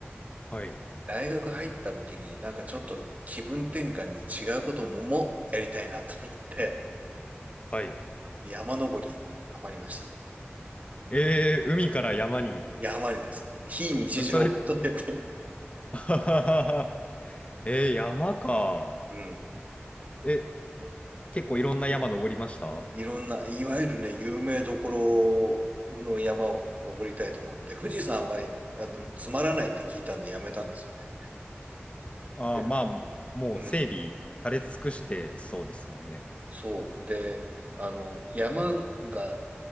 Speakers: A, on the left; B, on the right.
A: はい。
B: 大学入った時になんかちょっと気分転換に違うことももやりたいなと思って、
A: はい。
B: 山登り、ハマりましたね。
A: えー、海から山に。
B: 山にです。非日常を求めて。
A: あのそれ、<laughs> あはははえー、山か。
B: うん。
A: え、結構いろんな山登りましたあ
B: いろんな、いわゆるね、有名どころの山を登りたいと思って、富士山は、あの、つまらないって聞いたんでやめたんですよね。
A: あー、
B: で、
A: まあ、もう整備され尽くしてそうですもんね。
B: うん、そう。で、あの、山が、